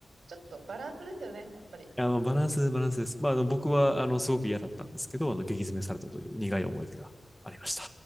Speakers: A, on the right; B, in the centre.
A: ちょっとバランスですよね、やっぱり。
B: あの、バランス、バランスです。まあ、あの、僕は、あの、すごく嫌だったんですけど、あの、激詰めされたという苦い思い出がありました。